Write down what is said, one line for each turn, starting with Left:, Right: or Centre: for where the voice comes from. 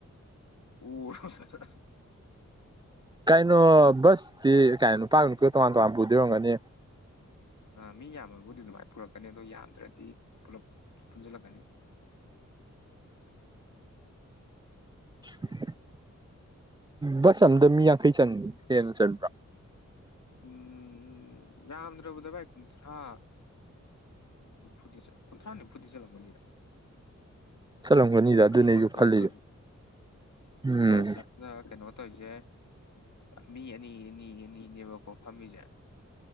Left: ꯑꯣ <inaudible>
Right: ꯀꯥꯏꯅꯣ ꯕꯁ ꯁꯤ ꯀꯩ ꯅꯨꯄꯒ ꯅꯨꯄꯤꯒ ꯇꯣꯉꯥꯟ ꯇꯣꯉꯥꯟ ꯄꯨꯗꯩ ꯑꯣꯏꯔꯝꯒꯅꯤ
Left: ꯃꯤ ꯌꯥꯝꯃꯕꯨꯗꯤ ꯑꯗꯨꯃꯥꯏꯅ ꯄꯨꯔꯛꯀꯅꯤ ꯑꯗꯣ ꯌꯥꯝꯗ꯭ꯔꯗꯤ ꯄꯨꯂꯞ ꯄꯨꯟꯁꯤꯜꯂꯛꯀꯅꯤ
Right: <unintelligible> ꯕꯁ ꯑꯃꯗ ꯃꯤ ꯌꯥꯡꯈꯩ ꯆꯟ ꯍꯦꯟꯅ ꯆꯟꯕ꯭ꯔꯣ
Left: ꯎꯝ ꯌꯥꯝ ꯗꯥꯔꯕꯗ ꯚꯥꯏ ꯀꯨꯟꯊ꯭ꯔꯥ ꯐꯨꯗꯤ ꯀꯨꯟꯊ꯭ꯔꯥ ꯅꯤꯝꯐꯨꯗꯤ ꯆꯠꯂꯝꯒꯅꯤꯗ
Right: ꯆꯂꯝꯒꯅꯤꯗ
Left: ꯌꯥꯡꯈꯩꯃꯛ
Right: ꯑꯗꯨꯅꯦ ꯑꯩꯁꯨ
Left: ꯌꯧꯗ꯭ꯔꯁꯨ
Right: ꯈꯜꯂꯤꯁꯦ ꯎꯝ
Left: ꯕꯁ ꯑꯃꯅ ꯀꯩꯅꯣ ꯇꯧꯔꯤꯁꯦ ꯃꯤ ꯑꯅꯤ ꯑꯅꯤ ꯑꯅꯤꯅꯦꯕ ꯀꯣ ꯐꯝꯃꯤꯖꯦ